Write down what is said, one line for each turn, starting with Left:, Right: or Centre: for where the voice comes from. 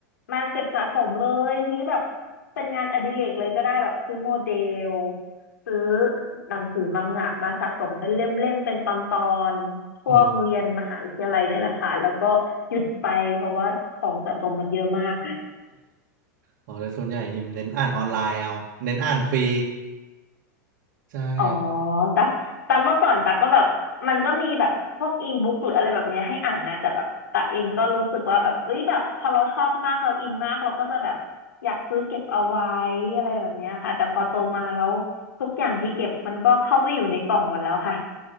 Left: มาเก็บสะสมเลยเฮ้ยแบบเป็นงานอดิเรกเลยก็ได้แบบซื้อโมเดลซื้อหนังสือมังงะมาสะสมเป็นเล่มๆเป็นตอนๆช่วงเรียนมหาวิทยาลัยนี่แหละค่ะแล้วก็หยุดไปเพราะว่าของสะสมมันเยอะมาก
Right: อืมอ๋อแล้วส่วนใหญ่ฮิมเน้นอ่านออนไลน์เอาเน้นอ่านฟรีใช่ครับ
Left: อ๋อตักตักเมื่อก่อนตักก็แบบมันก็มีแบบพวกอีบุ๊กหรืออะไรแบบเนี้ยให้อ่านนะแต่แบบตักเองก็รู้สึกว่าแบบเอ้ยแบบพอเราชอบมากเราอินมากเราก็จะแบบอยากซื้อเก็บเอาไว้อะไรแบบเนี้ยค่ะแต่พอโตมาแล้วทุกอย่างที่เก็บมันก็เข้าไปอยู่ในกล่องหมดแล้วค่ะ